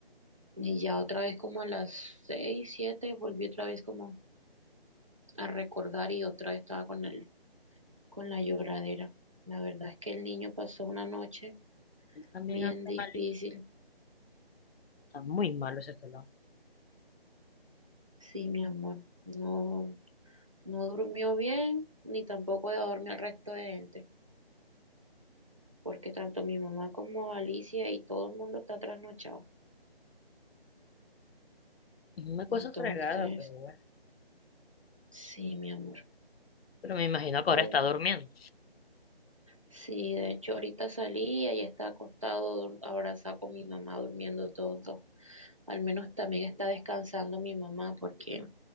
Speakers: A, on the right; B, on the left.
A: Y ya otra vez como a las seis, siete, volví otra vez como a recordar y otra vez estaba con él, con la lloradera. La verdad es que el niño pasó una noche
B: Él también
A: bien
B: anda
A: difícil.
B: mal. Está muy malo ese pelado.
A: Sí, mi amor, no, no durmió bien, ni tampoco de dormir al resto de gente, porque tanto mi mamá como Alicia y todo el mundo está trasnochado.
B: Es una
A: Entonces,
B: cosa fregada, pero bueno.
A: sí, mi amor,
B: Pero me imagino que
A: todo.
B: ahora está durmiendo.
A: Sí, de hecho, ahorita salí y ahí está acostado, dur- abrazado con mi mamá, durmiendo todos dos. Al menos también está descansando mi mamá, porque